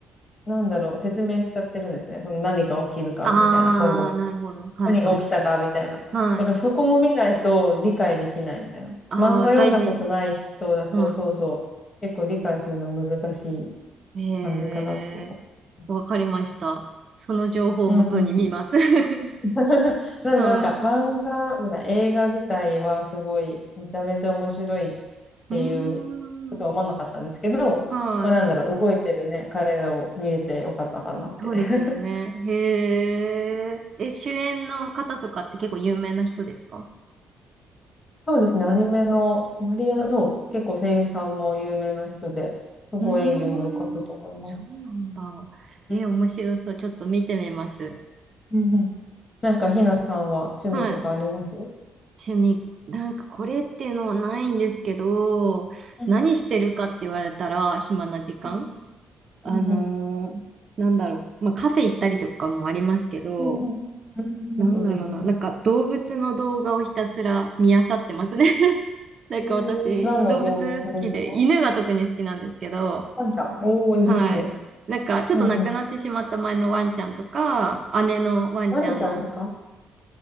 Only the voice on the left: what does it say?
なんだろう、説明しちゃってるんですね。その何が起きるかみたいな、
今後。
何が起きたかみたいな。
だからそこも見ないと理解できないみたいな。
漫画読んだことない人だと、
そうそう、結構理解するの難しい
感じかなって思います。
うん
<laughs> なのでなんか漫画じゃない、
映画自体はすごいめちゃめちゃ面白いっ
ていうことは思わなかったんですけど、
まあなんだろう、動いてるね、彼らを見れてよかったかなって。
<laughs>
そうですね、アニメのマリア、そう、結構声優さんも有名な人で、すごい演技も良かったと思います。
うん
うんうん。なんかひなさんは趣味とかありますう
ん
うん
うんうん
うんうんうんうんいいですね。
うん
えー何の動物ですか
ワンちゃん。おーいいですね。
うんうん。
まるちゃんとか